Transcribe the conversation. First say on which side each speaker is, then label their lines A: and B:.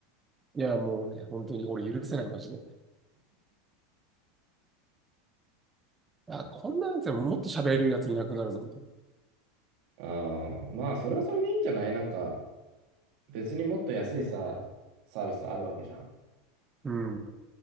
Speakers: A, on the right; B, on the right.
A: いや、もうね、本当に俺許せない、マジで。あ、こんなやつらもっと喋れるやついなくなるぞ、みたい
B: ああ、まあ、それはそれでいいんじゃないなんか、別にもっと安いさ、サービスあるわけじゃん。
A: な。うん。